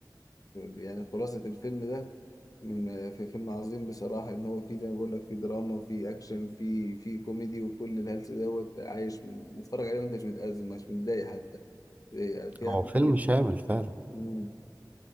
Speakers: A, on the left; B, on the right.
A: يعني خلاصة الفيلم ده من في فيلم عظيم بصراحة إن هو فيه زي ما بقول لك فيه دراما فيه أكشن فيه فيه كوميدي وكل الهلس دوت عايش متفرج عليه وأنت مش متأزم مش متضايق حتى زي- في
B: هو
A: أفلام
B: فيلم شامل فعلا
A: مم.